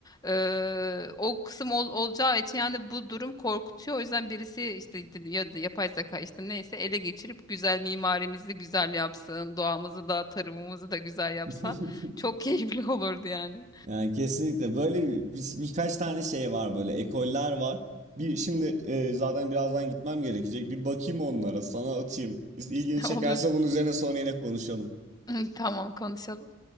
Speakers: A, on the left; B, on the right.
A: eee, o kısım ol- olacağı için yani bu durum korkutuyor. O yüzden birisi işte d- ya da yapay zeka işte neyse ele geçirip güzel mimarimizi güzel yapsın, doğamızı da tarımımızı da güzel yapsa
B: <laughs>
A: çok <laughs> keyifli olurdu yani.
B: Yani kesinlikle böyle bir- birkaç tane şey var böyle ekoller var. Bir şimdi e, zaten birazdan gitmem gerekecek. Bir bakayım onlara, sana atayım. İlgini
A: <laughs>
B: çekerse
A: Olur.
B: bunun üzerine sonra yine konuşalım.
A: <clears throat> <laughs> Tamam konuşalım.